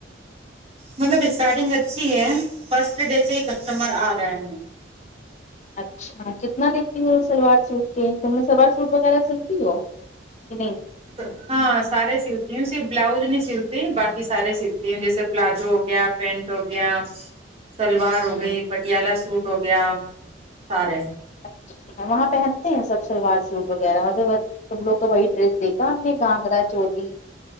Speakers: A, on the right (about 30°); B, on the left (about 40°).
A: مطلب اسٹارٹنگ اچھی ہے فرسٹ ڈے سے ہی کسٹمر آ رہے ہیں
B: اچھا کتنا لیتی ہوں سلوار سوٹ کے تم نے سلوار سوٹ وغیرہ سلتی ہو کہ
A: ا <inaudible> ہاں سارے سلتی ہوں صرف بلاؤز نہیں سلتی باقی سارے سلتی ہوں جیسے پلازو ہو گیا پینٹ ہو گیا سلوار
B: نہیں
A: ہو گئی پٹیالہ سوٹ ہو گیا سارے
B: اچھا وہاں پہنتے ہیں سب شلوار سوٹ وغیرہ مطب تم لوگ کا وہی ڈریس دیکھا ہم نے گانگگرا چولی